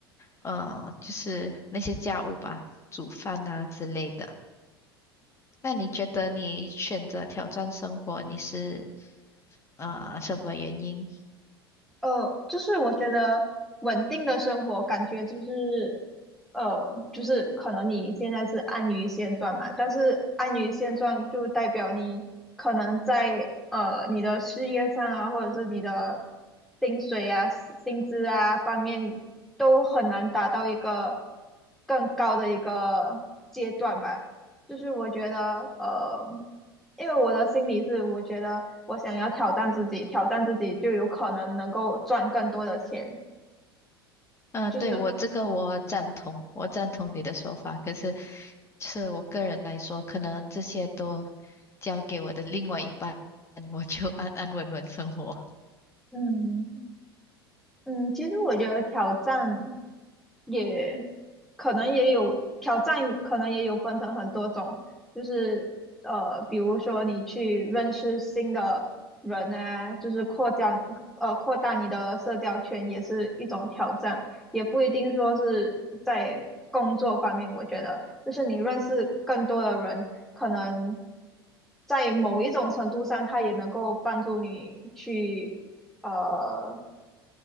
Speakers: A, on the left; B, in the centre.
A: 呃，就是那些家务吧，煮饭啊之类的。那你觉得你选择挑战生活，你是啊什么原因？
B: 呃，就是我觉得稳定的生活感觉就是，呃，就是可能你现在是安于现状嘛，但是安于现状就代表你可能在呃你的事业上啊，或者是你的薪水啊、薪资啊方面都很难达到一个更高的一个阶段吧。就是我觉得，呃。因为我的心理是，我觉得我想要挑战自己，挑战自己就有可能能够赚更多的钱。
A: 嗯、
B: 就是，
A: 对，我这个我赞同，我赞同你的说法。可是，就是我个人来说，可能这些都交给我的另外一半，我就安安稳稳生活。
B: 嗯嗯，其实我觉得挑战。也可能也有挑战，可能也有分成很多种，就是呃，比如说你去认识新的人啊，就是扩交呃扩大你的社交圈也是一种挑战，也不一定说是在工作方面，我觉得就是你认识更多的人，可能在某一种程度上，他也能够帮助你去。呃